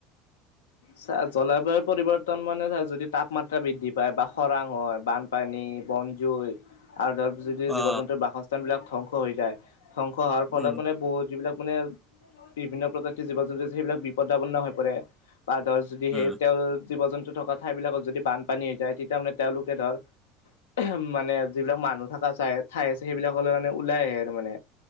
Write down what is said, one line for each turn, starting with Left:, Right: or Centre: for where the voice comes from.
Left: চা জলবায়ুৰ পৰিৱৰ্তন মানে চা যদি তাপমাত্ৰা বৃদ্ধি পায় বা খৰাং হয় বা পানী বনজুই আৰু তাৰপিছত যদি জীৱ
Centre: অ
Left: জন্তুৰ বাসস্থান বিলাক ধ্বংস হৈ যায় ধ্বংস হোৱাৰ ফলত
Centre: উম
Left: মানে বহুত যিবিলাক মানে বিভিন্ন প্ৰজাতিৰ জীৱ জন্তু আছে সেইবিলাক বিপদাপন্ন হৈ পৰে বা ধ যদি সেই
Centre: উম
Left: তেওঁ জীৱ জন্তু থকা ঠাই বিলাকত যদি বানপানী হৈ যায় তেতিয়া মানে তেওঁলোকে ধৰ অহম মানে যিবিলাক মানুহ থকা চাই ঠাই আছে সেইবিলাকলৈ মানে ওলাই আহে আৰু মানে